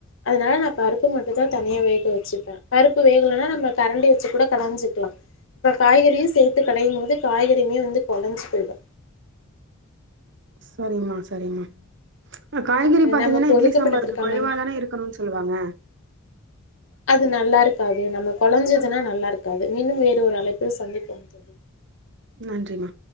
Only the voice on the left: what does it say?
அதனால நா பருப்பு மட்டு தா தனியா வேக வெச்சுப்பே. பருப்பு வேகலனா நம்ம கரண்டி வெச்சு கூட கடைஞ்சிக்லா. இப்ப காய்கறியு சேத்து கடையும் போது காய்கறியுமே வந்து கொழைஞ்சு போய் ரு.
நமக்கு
ஒதுக்கப்பட்டதற்கான
அது நல்லா இருக்காது நம்ம கொழைஞ்சதுனா நல்லாருக்காது. மீண்டும் வேறு ஒரு அழைப்பில் சந்திப்போம் தோழி.